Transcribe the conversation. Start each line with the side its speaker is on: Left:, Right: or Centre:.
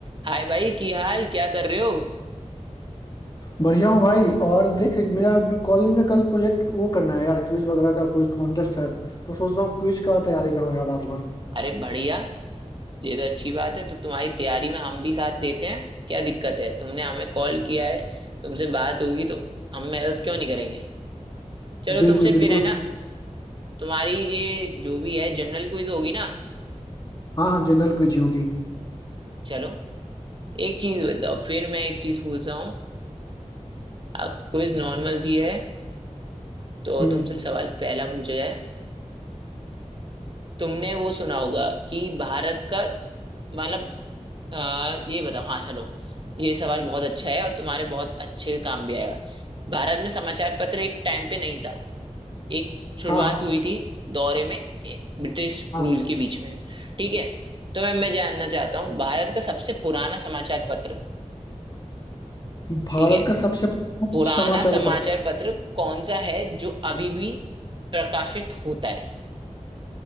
Right: हाय भाई की हाल क्या कर रहे हो
Left: बढ़िया हूँ भाई और देख मेरा अभी कॉलेज में कल प्रोजेक्ट वो करना है यार क्विज वगैरह का कोई कॉन्टेस्ट है तो सोच रहा हूँ क्विज का तैयारी करूँ यार रात भर
Right: अरे बढ़िया ये तो अच्छी बात है तो तुम्हारी तैयारी में हम भी साथ देते हैं क्या दिक्कत है तुमने हमें कॉल किया है तुमसे बात होगी तो हम मदद क्यों नहीं करेंगे चलो
Left: बिल्कुल
Right: तुमसे
Left: बिल्कुल
Right: फिर है ना तुम्हारी ये जो भी है जनरल क्विज होगी ना
Left: हाँ हाँ जनरल क्विज ही होगी
Right: चलो एक चीज बताओ फिर मैं एक चीज पूछता हूँ आप क्विज नॉर्मल सी है तो
Left: हम्म
Right: तुमसे सवाल पहला पूछा जाए तुमने वो सुना होगा कि भारत का मतलब आ, ये बताओ हाँ चलो ये सवाल बहुत अच्छा है और तुम्हारे बहुत अच्छे काम भी आएगा भारत में समाचार पत्र एक टाइम पे नहीं था एक शुरुआत
Left: हाँ हाँ
Right: हुई थी दौरे में ए- ब्रिटिश
Left: हाँ
Right: रूल के बीच में ठीक है तो मैं मैं जानना चाहता हूँ भारत का सबसे पुराना समाचार पत्र
Left: भारत
Right: ठीक है
Left: का सबसे प्रमुख
Right: पुराना
Left: समाचार
Right: समाचार
Left: पत्र
Right: पत्र कौन सा है जो अभी भी प्रकाशित होता है